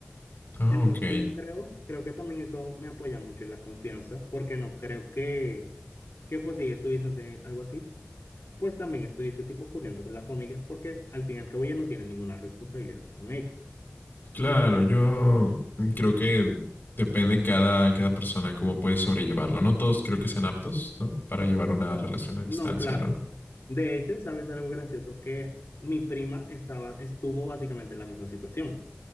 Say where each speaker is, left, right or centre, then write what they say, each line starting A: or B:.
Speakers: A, on the left; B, on the left.
A: Ah,
B: Entonces
A: ok.
B: no creo, creo que también eso me apoya mucho en la confianza, porque no creo que, que pues si ella estuviese en algo así, pues también estuviese tipo corriendo con la familia, porque al fin y al cabo ella no tiene ninguna responsabilidad con ellos.
A: Claro, yo creo que depende cada, cada persona cómo puede sobrellevarlo. No todos creo que sean aptos, ¿no? Para llevar una
B: No,
A: relación a distancia,
B: no, claro.
A: ¿no?
B: De hecho, ¿sabes algo gracioso? Que mi prima estaba, estuvo básicamente en la misma situación.